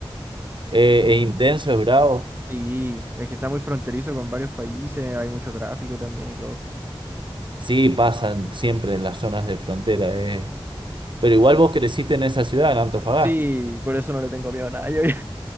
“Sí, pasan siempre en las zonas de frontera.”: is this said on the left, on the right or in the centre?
Right